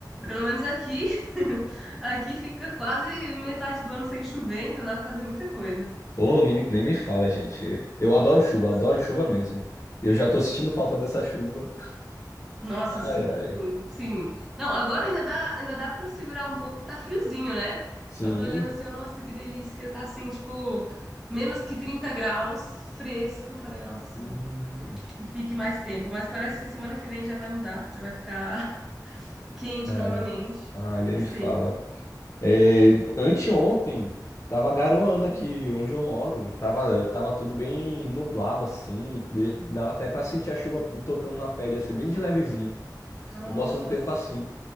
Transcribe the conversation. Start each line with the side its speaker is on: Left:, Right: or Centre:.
Centre: Pelo menos aqui, <laughs> aqui fica quase metade do ano sem chover, então dá pra fazer muita coisa.
Left: Ou não, nem me fala, gente. Eu adoro chuva,
Centre: Nossa.
Left: adoro chuva mesmo. Eu já tô sentindo falta dessa chuva.
Centre: Nossa, sim,
Left: Ai, ai.
Centre: sim. Não, agora ainda dá, ainda dá para segurar um pouco que tá friozinho, né?
Left: Sim.
Centre: Eu tô olhando assim, eu, nossa, que delícia, tá assim, tipo, menos que 30 graus, fresco. Eu Falei, nossa,
Left: Hum,
Centre: e fique mais tempo, mas parece que semana que vem já vai mudar, já vai ficar <laughs> quente
Left: é.
Centre: novamente
Left: Ai, nem
Centre: e
Left: me
Centre: seco.
Left: fala. É, anteontem tava garoando
Centre: Hum.
Left: aqui onde eu moro. Tava, tava tudo bem nublado assim. de- Dava até pra sentir a chuva tocando na pele, assim, bem de levezinho.
Centre: Nossa.
Left: Eu gosto do tempo assim.